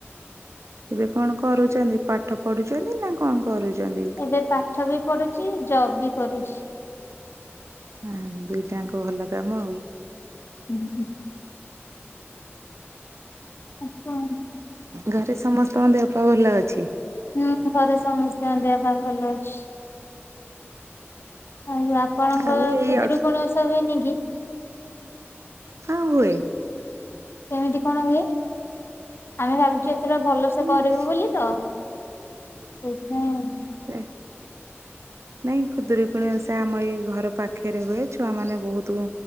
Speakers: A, on the right (about 80°); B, on the left (about 55°).
A: ଏବେ କଣ କରୁଚନ୍ତି ପାଠ ପଢୁଚନ୍ତି ନା କଣ କରୁଚନ୍ତି?
B: ଏବେ ପାଠ ବି ପଢୁଛି ଜବ ବି କରୁଛି।
A: ଆ ଦୁଇଟାଙ୍କ ଭଲ କାମ ଆଉ।
B: <unintelligible> ଆଛା।
A: ଘରେ ସମସ୍ତଙ୍କ ଦେହ ପା ଭଲ ଅଛି?
B: ହୁଁ ଘରେ ସମସ୍ତଙ୍କ ଦେହ ବା ଭଲ ଅଛି। ଆଉ ଆପଣଙ୍କ
A: ଆଉ ଏଇ
B: ଖୁଦୁରୁକୁଣୀ
A: ଅଳ୍ପ
B: ଓଷା ହୁଏନି କି?
A: ହଁ ହୁଏ।
B: କେମିତି କଣ ହୁଏ ଆମେ ଭାବୁଚୁ <unintelligible> ଭଲ
A: ହୁଏ।
B: ସେେ କରିବୁ ବୋଲି ତ। ସେଇଥିପାଇଁ <unintelligible>
A: <unintelligible> ନାଇଁ ଖୁଦୁରୀକୁଣୀ ସେ ଆମ ଏଇ ଘର ପାଖରେ ହୁଏ ଛୁଆମାନେ ବହୁତୁ